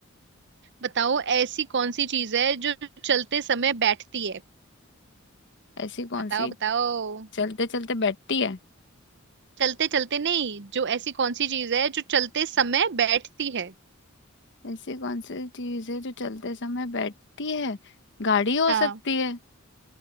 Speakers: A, on the right; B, on the left.
A: बताओ ऐसी कौन सी चीज है जो चलते समय बैठती है
B: ऐसी कौन
A: बताओ
B: सी
A: बताओ
B: चलते चलते बैठती है
A: चलते चलते नहीं जो ऐसी कौन सी चीज है जो चलते समय बैठती है
B: ऐसी कौन सी चीज है जो चलते समय बैठती है गाड़ी हो
A: हाँ
B: सकती है